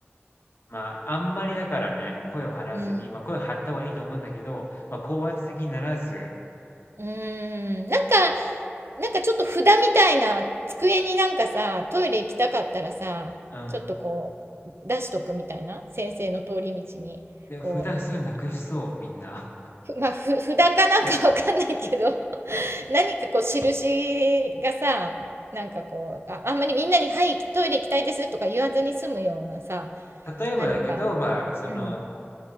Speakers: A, on the left; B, on the right.
A: まあ、あんまりだからね、声を張らずに、
B: うん。
A: まあ、声を張った方がいいと思うんだけど、まあ、高圧的にならず、
B: うーん。なんか、なんかちょっと札みたいな机になんかさ、トイレ行きたかったらさ、
A: うん。
B: ちょっとこう、出しとくみたいな。先生の通り道に、
A: で、
B: こう
A: 普段すぐなくしそう、みんな。
B: <laughs> まあ、ふ、札かなんかわかんないけど、<laughs> 何かこう、印がさ、なんかこう、あ、あんまりみんなに、はい、トイレ行きたいですとか言わずに済むようなさ、
A: <laughs> 例えばだけど、
B: 何か。
A: まあ、その、
B: うん。